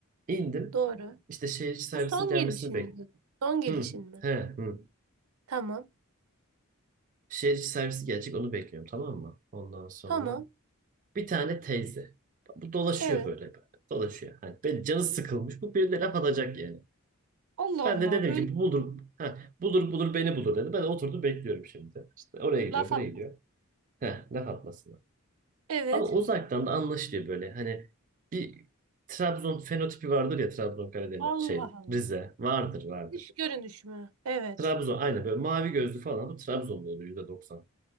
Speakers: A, on the right; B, on the right.
A: İndim.
B: doğru.
A: İşte şehir içi servisin
B: Bu son
A: gelmesini
B: gelişin
A: bekliyorum.
B: mi? Son gelişin
A: Hı,
B: mi?
A: he, hı.
B: Tamam.
A: Şehir içi servisi gelecek onu bekliyorum tamam mı? Ondan sonra
B: Tamam.
A: bir tane teyze. Bu dolaşıyor
B: Evet.
A: böyle. böyle. Dolaşıyor. Hani ben canı sıkılmış. Bu birine laf atacak yani.
B: Allah
A: Ben
B: Allah.
A: de dedim
B: Öyle
A: ki bu bulur, ha, bulur bulur beni bulur dedi. Ben de oturdum bekliyorum şimdi. İşte oraya gidiyor,
B: laf
A: buraya
B: at.
A: gidiyor. Heh, laf atmasına.
B: Evet.
A: Ama uzaktan da anlaşılıyor böyle. Hani bir Trabzon fenotipi vardır ya Trabzon Karadeniz
B: Allah
A: şey
B: Allah.
A: Rize vardır vardır.
B: Dış görünüş mü? Evet.
A: Trabzon aynı böyle mavi gözlü falan bu Trabzon'da oluyor %90.